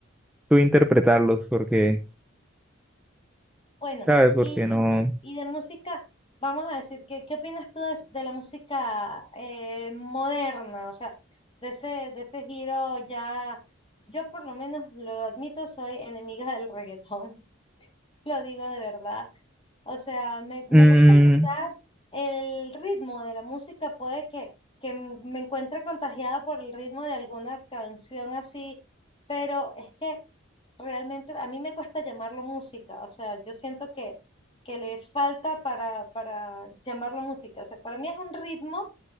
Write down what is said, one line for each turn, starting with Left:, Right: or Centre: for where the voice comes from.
Centre: tú interpretarlos, porque,
Left: bueno,
Centre: ¿sabes? Porque
Left: y,
Centre: no.
Left: y de música, vamos a decir, ¿qué, qué opinas tú de, de la música eh, moderna? O sea, de ese, de ese giro ya, yo por lo menos lo admito, soy enemiga del reggaetón, <laughs> lo digo de verdad. O sea, me, me
Centre: Mm,
Left: gusta quizás el ritmo de la música, puede que, que me encuentre contagiada por el ritmo de alguna canción así, pero es que... realmente a mí me cuesta llamarlo música, o sea, yo siento que, que le falta para, para llamarlo música, o sea, para mí es un ritmo